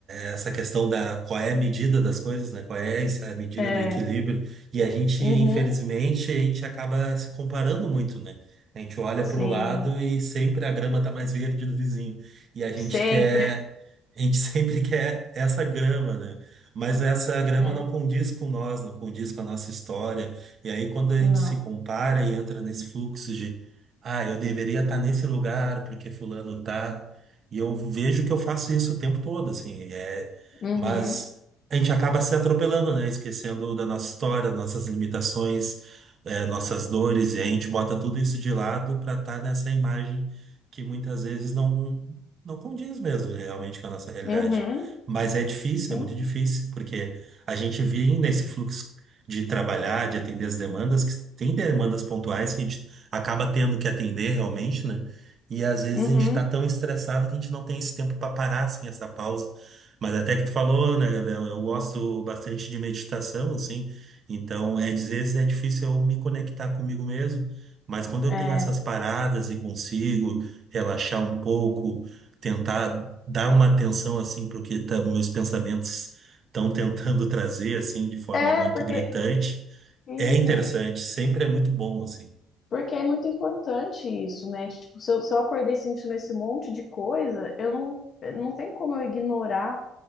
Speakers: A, on the right; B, on the left.
A: é essa questão da qual é a medida das coisas, né? Qual é essa a medida
B: É,
A: do equilíbrio? E a gente,
B: uhum,
A: infelizmente, a gente acaba se comparando muito, né? A gente olha
B: sim,
A: para o lado e sempre a grama tá mais verde do vizinho. E a gente
B: sempre.
A: quer, a gente <laughs> sempre quer essa grama, né? Mas essa grama
B: É,
A: não condiz com nós, não condiz com a nossa história. E aí, quando a gente
B: não.
A: se compara e entra nesse fluxo de ah, eu deveria estar nesse lugar porque fulano tá. E eu vejo que eu faço isso o tempo todo, assim. É...
B: Uhum,
A: Mas a gente acaba se atropelando, né? Esquecendo da nossa história, nossas limitações, é, nossas dores. E a gente bota tudo isso de lado para estar nessa imagem que muitas vezes não, não condiz mesmo né, realmente com a nossa realidade.
B: uhum,
A: Mas é difícil,
B: sim,
A: é muito difícil, porque a gente vive nesse fluxo de trabalhar, de atender as demandas, que tem demandas pontuais que a gente acaba tendo que atender realmente, né? E às vezes
B: uhum,
A: a gente está tão estressado que a gente não tem esse tempo para parar, assim, essa pausa. Mas até que tu falou, né, Gabriel? Eu gosto bastante de meditação, assim. Então, é, às vezes é difícil eu me conectar comigo mesmo, mas quando eu
B: é.
A: tenho essas paradas e consigo relaxar um pouco, tentar dar uma atenção, assim, para o que tá- meus pensamentos estão tentando <laughs> trazer, assim, de forma
B: É,
A: muito
B: porque,
A: gritante,
B: sim,
A: é interessante, sempre é muito bom, assim.
B: porque é muito importante isso, né? Tipo, se eu, se eu acordei sentindo esse monte de coisa, eu não, não tem como eu ignorar